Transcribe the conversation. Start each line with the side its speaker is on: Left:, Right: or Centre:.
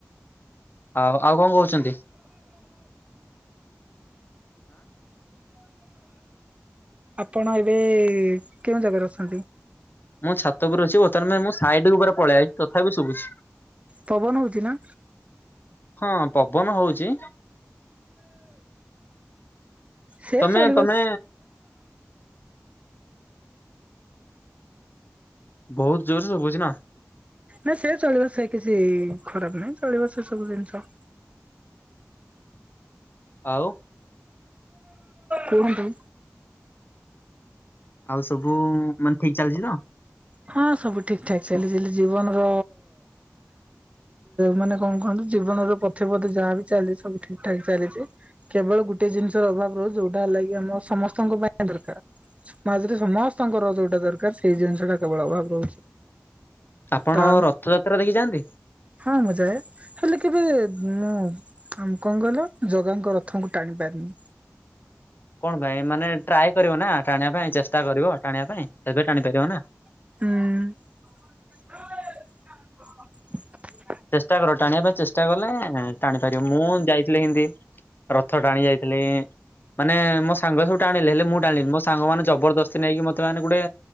Left: ଆଉ ଆଉ କଣ କହୁଛୁ ଛନ୍ତି।
Right: ଆପଣ ଏବେ କେଉଁ ଜାଗାରେ ଅଛନ୍ତି?
Left: ମୁଁ ଛାତ ଚାତଉପ। ପଉପରେ ଅଛି ବର୍ତ୍ତମାନ ମୁଁ ସାଇଡକୁ ପଳେଇ ଯାଇଛି ତଥାପି ଶୁଭୁଛି।
Right: ପବନ ହଉଛି ନା?
Left: ହଁ ପବନ ହଉଛି
Right: ସେ
Left: ତମେ
Right: ଚଳିବ
Left: ତମେ ବହୁତ ଜୋର ସୁବୁଛି ନା।
Right: ନାଇଁ ସେ ଚଳିବ ସେ କିଛି ଖରାପ ନାହିଁ ଚଳିବ ସେ ସବୁ ଜିନିଷ।
Left: ଆଉ
Right: କୁହନ୍ତୁ?
Left: ଆଉ ସବୁ ମାନେ ଠିକ ଚାଲିଛି ତ?
Right: ହଁ ସବୁ ଠିକ ଠାକ ଚାଲିଛି ଜୀବନର ମାନେ କଣ କୁହନ୍ତୁ ଜୀବନର ପଥେ ପଥେ ଯାହା ବି ଚାଲିଛି ସବୁ ଠିକ ଠାକ ଚାଲିଛି କେବଳ ଗୋଟେ ଜିନିଷର ଅଭାବ ରହୁଛି ଯୋଉଟା ହେଲା କିି ଆମ ସମସ୍ତଙ୍କ ପାଇଁ ଦରକାର ସମାଜରେ ସମସ୍ତଙ୍କର ଯୋଉଟା ଦରକାର ସେଇ ଜିନିଷ ଟା କେବଳ ଅଭାବ ରହୁଛି।
Left: ଆପଣ
Right: ତା
Left: ରଥଯାତ୍ରା ଦେଖି ଯଆନ୍ତି?
Right: ହଁ ମଜା ହେଲେ କେବେ ମୁଁ ଆମ କଣ କହିଲ ଜଗାଙ୍କ ରଥଙ୍କୁ ଟାଣି ପାରିନି।
Left: କଣ ପାଇଁ ମାନେ ଟ୍ରାଏ କରିବ ନା ଟାଣିବା ପାଇଁ ଚେଷ୍ଟା କରିବ ଟାଣିବା ପାଇଁ ସେବେ ଟାଣିପାରିବ ନା।
Right: ହୁଁ।
Left: ଚେଷ୍ଟା କର ଟାଣିବା ପାଇଁ ଚେଷ୍ଟା କଲେ ଟାଣିପାରିବ ମୁଁ ଯାଇଥିଲି ଏମିତି ରଥ ଟାଣି ଯାଇଥିଲି ମାନେ ମୋ ସାଙ୍ଗ ସବୁ ଟାଣିଲେ ହେଲେ ମୁଁ ଟାଣିଲି ମୋ ସାଙ୍ଗ ମାନେ ଜବରଦସ୍ତି ନେଇକି ମୋତେ ମାନେ ଗୋଟେ